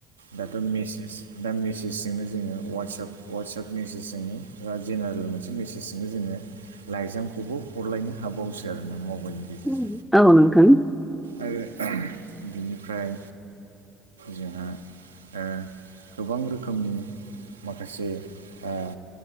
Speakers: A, on the right; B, in the centre.
A: दाथ' मेसेस दा मेसेजजोंनो जोङो वासाप वाट्साप मेसेजजोंनो बा जेनेरेल मोनसे मेसेजजोंनो जोङो लाइजामखौबो हरलायनो हाबावसो आरोना मबाइलनि गेजेरजों
B: औ औ नोंथां
A: आरो बिनिफ्राय जोंहा ओ गोबां रोखोमनि माखासे ओ